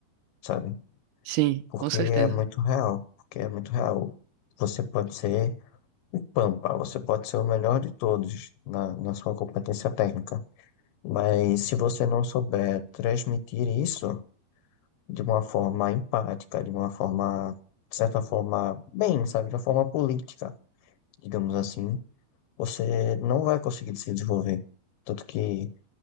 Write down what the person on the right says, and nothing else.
Sim,
com certeza.